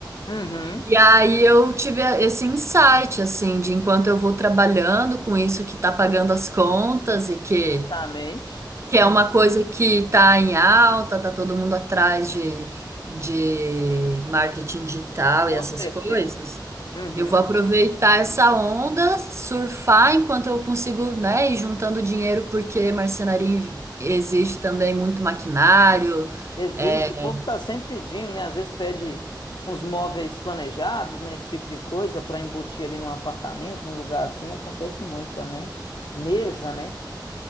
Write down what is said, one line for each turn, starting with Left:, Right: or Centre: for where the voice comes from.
Left: Uhum.
Right: E aí eu tive a- esse insight, assim, de enquanto eu vou trabalhando com isso que tá pagando as contas e que,
Left: Justamente.
Right: que é
Left: Hum,
Right: uma coisa que tá em alta, tá todo mundo atrás de, de marketing digital
Left: Com
Right: e essas
Left: certeza.
Right: coisas,
Left: Uhum.
Right: eu vou aproveitar essa onda, surfar enquanto eu consigo, né, ir juntando dinheiro, porque marcenaria inv- exige também muito maquinário,
Left: Existe.
Right: é,
Left: O povo está sempre pedindo, né? Às vezes pede uns móveis planejados, né? Esse tipo de coisa para embutir ali num apartamento, num lugar assim. Acontece muito também. Mesa, né?